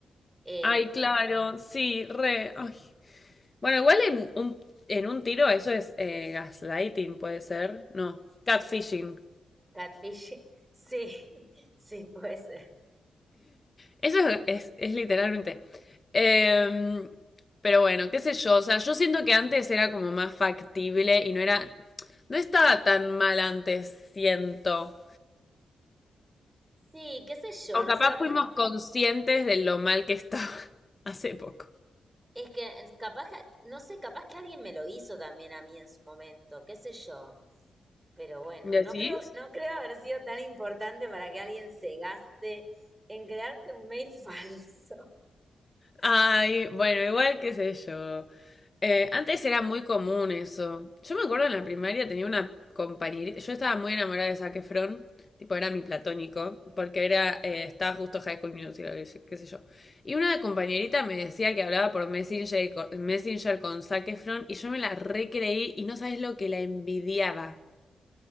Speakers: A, on the right; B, on the left.
A: Em,
B: Ay, claro, sí, re. Ay. Bueno, igual en un, en un tiro eso es eh, gaslighting, puede ser. No, catfishing.
A: Catfish, <laughs> sí, <laughs> sí puede ser.
B: Eso es, es, es literalmente. Em, pero bueno, qué sé yo. O sea, yo siento que antes era como más factible y no era... No estaba tan mal antes, siento.
A: Sí, qué sé yo,
B: O
A: no
B: capaz
A: sé, ahora
B: fuimos conscientes de lo mal que estaba <laughs> hace poco.
A: es que capaz, que- no sé, capaz que alguien me lo hizo también a mí en su momento, qué sé yo. Pero bueno,
B: ¿Decís?
A: no creo, no creo haber sido tan importante para que alguien se gaste en crearte un mail <laughs> falso.
B: Ay, bueno, igual qué sé yo. Eh, antes era muy común eso. Yo me acuerdo en la primaria tenía una compañerita. Yo estaba muy enamorada de Zac Efron. Tipo, era mi platónico. Porque era, eh, estaba justo High School Musical, qué sé- qué sé yo. Y una compañerita me decía que hablaba por Messenger, y co- Messenger con Zac Efron. Y yo me la recreí y no sabes lo que la envidiaba.